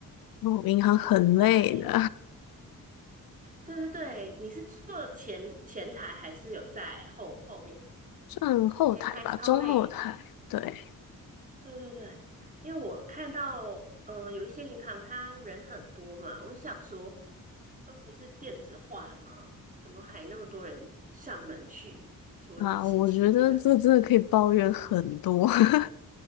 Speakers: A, on the left; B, on the right.
A: 我银行很累的，
B: 你是在对对对，你是坐前前台还是有在后后面？
A: <laughs> 算后台吧，
B: 前台超累欸，
A: 中后台。对，
B: 对对对，因为我看到，呃，有一些银行它人很多嘛，我想说，都不是电子化了吗？怎么还那么多人上门去处理事情这样？
A: 啊，我觉得这真的可以抱怨很多。<laughs>